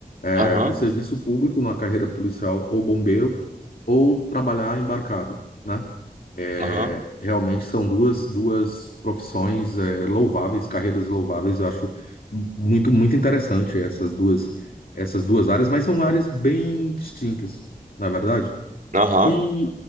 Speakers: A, on the left; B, on the right.
A: É,
B: Aham,
A: o serviço público na carreira policial ou bombeiro, ou trabalhar embarcado, né? É,
B: aham,
A: realmente são duas, duas profissões, é, louváveis, carreiras louváveis. Eu acho muito, muito interessante essas duas, essas duas áreas, mas são áreas bem distintas, na verdade.
B: aham.
A: E